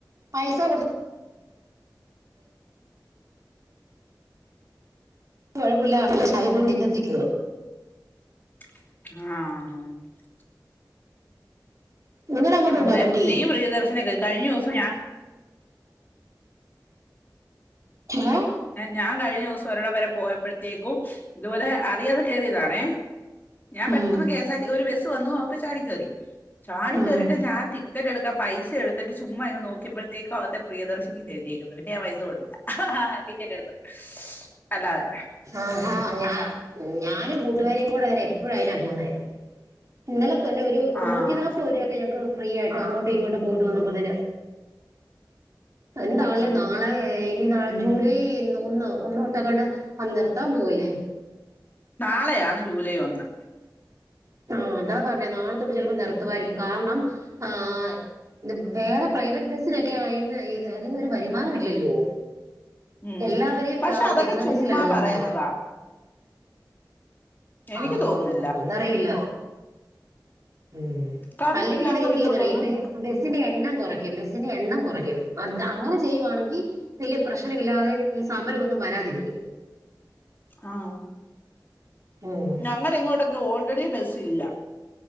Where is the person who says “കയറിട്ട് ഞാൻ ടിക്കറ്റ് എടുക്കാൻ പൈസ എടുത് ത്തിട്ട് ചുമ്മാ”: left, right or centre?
Left